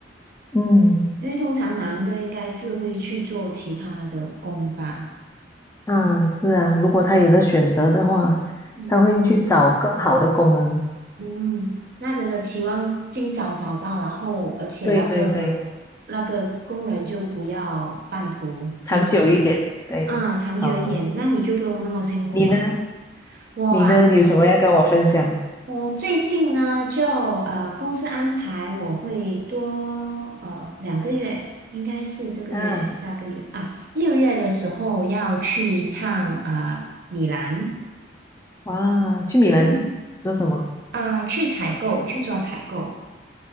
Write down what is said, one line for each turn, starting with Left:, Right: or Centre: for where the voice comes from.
Left: 嗯
Right: 因为通常男的应该是会去做其他的工吧。
Left: 啊，是啊，如果他有的选择的话，
Right: 嗯。
Left: 他会去找更好的工啊。
Right: 嗯，那真的期望尽早找到，然后而且那个那个工人就不要半途就走了，
Left: 对对对，长久一点。对，
Right: 啊，长久一点，
Left: 好啊。
Right: 那你就不用那么辛苦啊。
Left: 你呢？
Right: 我啊，
Left: 你呢？你有什么要跟我分享？
Right: 我最近呢就呃公司安排我会多呃两个月，应该是这个月下个月啊六月的时候要去一趟呃米兰，
Left: 啊，哇，去米兰做什么？
Right: 嗯啊、去采购去做采购。